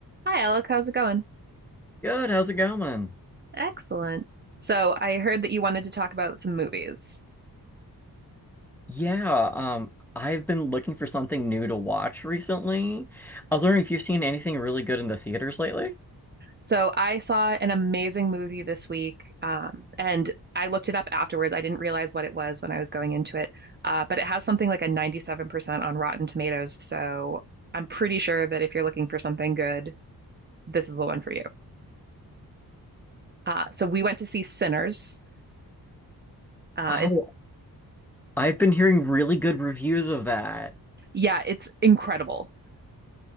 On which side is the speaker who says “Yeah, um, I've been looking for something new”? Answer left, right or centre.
Centre